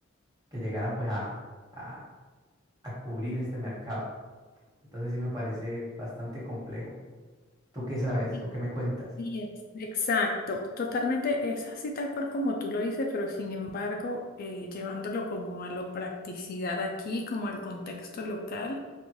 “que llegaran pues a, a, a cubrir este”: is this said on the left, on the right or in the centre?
Right